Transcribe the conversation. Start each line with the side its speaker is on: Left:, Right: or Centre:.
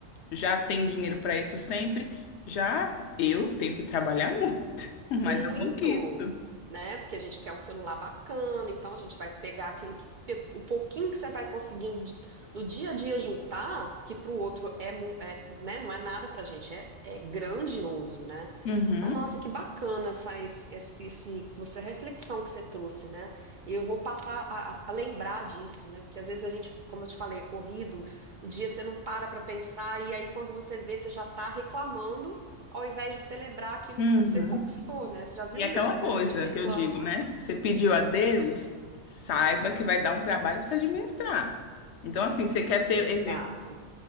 Left: Já tem dinheiro para isso sempre. Já eu tenho que trabalhar muito, <laughs> mas
Right: Muito,
Left: eu conquisto.
Right: né? Porque a gente quer um celular bacana, então a gente vai pegar aquele que pe- o pouquinho que você vai conseguindo de- no dia a dia juntar, que pro outro é, mu- é, né? Não é nada pra gente, é, é grandioso, né?
Left: Uhum.
Right: Então, nossa, que bacana essa esse, esse, esse- que você, a reflexão que você trouxe, né? E eu vou passar a, a- a lembrar disso, né? Porque às vezes a gente, como eu te falei, é corrido, o dia você não para pra pensar e aí quando você vê, você já tá reclamando ao invés de celebrar aquilo
Left: Uhum.
Right: que você conquistou, né? Você já viu
Left: E é aquela
Right: isso? Às
Left: coisa
Right: vezes a gente reclama.
Left: que eu digo, né? Você pediu a Deus, saiba que vai dar um trabalho para você administrar. Então, assim, você quer ter
Right: Exato.
Left: exemplo.